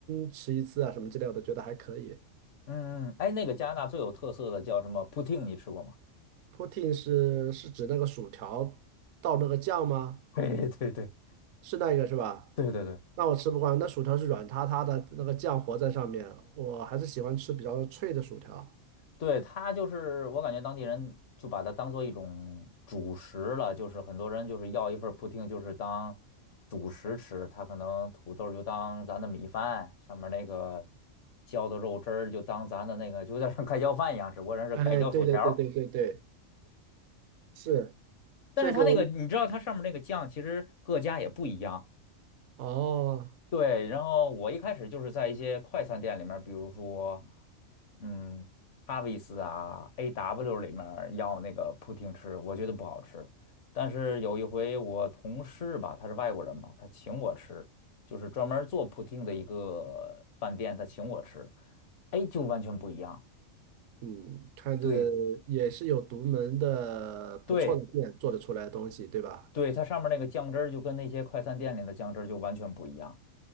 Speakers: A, on the right; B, on the left.
A: 吃一次啊什么之类的，我觉得还可以。
B: 嗯，嗯嗯哎，那个加拿大最有特色的叫什么 poutine，你吃过吗？
A: Poutine 是是指那个薯条倒那个酱吗？
B: <laughs> 对对对
A: 是那个是吧？
B: 对对对，
A: 那我吃不惯，那薯条是软塌塌的，那个酱活在上面，我还是喜欢吃比较脆的薯条。
B: 对，它就是我感觉当地人就把它当做一种主食了，就是很多人就是要一份儿 p o 就是当主食吃，他可能土豆儿就当咱的米饭，上面那个浇的肉汁儿就当咱的那个，就有点像盖浇饭一样，只不过人是盖浇薯条儿。
A: 哎，对对对对对对，是
B: 但是它那个你知道它上面那个酱，
A: 这个
B: 其实各家也不一样。
A: 哦。
B: 对，然后我一开始就是在一些快餐店里面儿比如说，嗯，哈维斯啊、AW 里面儿要那个扑汀吃，我觉得不好吃。但是有一回我同事吧，他是外国人嘛，他请我吃，就是专门儿做扑汀的一个饭店，他请我吃，哎，就完全不一样。
A: 嗯，看着
B: 对
A: 也是有独门的不错的店做得出来的东西，
B: 对
A: 对吧？
B: 对，它上面那个酱汁儿就跟那些快餐店里的酱汁儿就完全不一样。